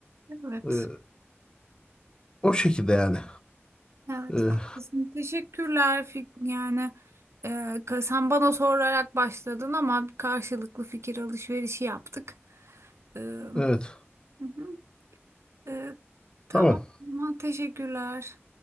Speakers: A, on the right; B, on the left.
A: Evet.
B: Ee, o şekilde yani.
A: Evet
B: Ee,
A: haklısın. Teşekkürler. Fik- Yani e, ka- sen bana sorarak başladın ama bir karşılıklı fikir alışverişi yaptık. E, hı
B: evet.
A: hı. E, tamam.
B: Tamam.
A: o zaman Teşekkürler.